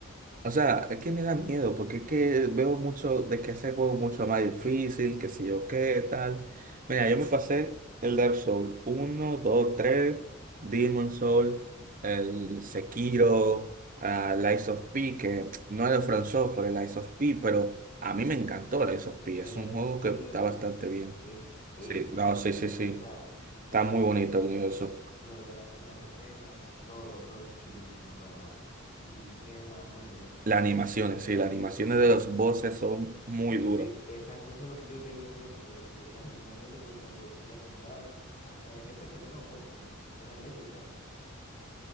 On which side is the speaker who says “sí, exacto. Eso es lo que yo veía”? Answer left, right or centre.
Left